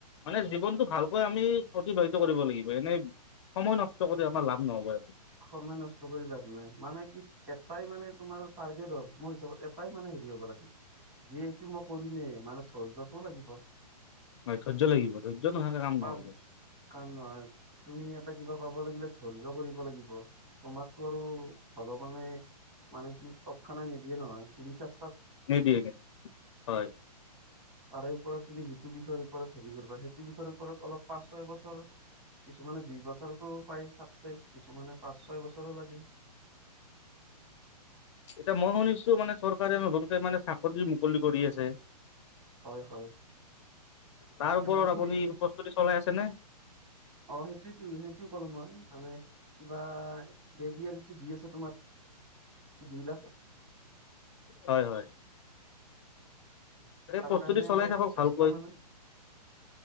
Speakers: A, on the left; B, on the right.
A: মানে জীৱনটো ভালকৈ আমি অতিবাহিত কৰিব লাগিব এনে সময় নষ্ট কৰি আমাৰ লাভ নহ'ব
B: সময় নষ্ট কৰি লাভ নাই মানে কি এটাই মানে তোমাৰ টাৰ্গেট হ'ল মোৰ হিচাপত এটাই মানে হেৰি হ'ব লাগে যে এইটো মই কৰিমে মানে ধৈৰ্যটো লাগিব
A: নহয় ধৈৰ্য লাগিব ধৈৰ্য নোহোৱাকে কাম
B: পাঁচ
A: নহ'ব
B: কাম নহয় তুমি ইয়াত কিবা পাব লাগিলে ধৈৰ্য কৰিব লাগিব ব তোমাকতো আৰু ভগৱানে মানে কি তৎক্ষণাৎ নিদিয়ে নহয় তুমি চেছ
A: নিদিয়ে হয়
B: তাৰে ওপৰত তুমি যিটো বিষয়ৰ ওপৰত হেৰি কৰিবা সেইটো বিষয়ৰ ওপৰত অলপ পাঁচ ছয় বছৰ কিছুমানে দুই বছৰতো পায় চাকচেচ কিছুমানে পাঁচ ছয় বছৰো লাগে
A: এতিয়া মই শুনিছোঁ মানে ধৰ চৰকাৰে নতুনকে মানে চাকৰি মুকলি কৰি আছে
B: হয় হয়
A: তাৰ ওপৰত
B: এ ময়ো শুনিছো
A: আপুনি প্ৰস্তুতি চলাই আছে নে
B: অ সেইটোয়েতো সেইটো ক'লো মই মানে কিবা এ দি আৰ ই টো দি আছে তোমাৰ দুই লাখ
A: হয় হয়
B: তাৰ
A: প্ৰস্তুতি
B: কাৰণে
A: চলাই
B: অলপ
A: থাকক
B: চেষ্টা
A: ভালকৈ
B: মানে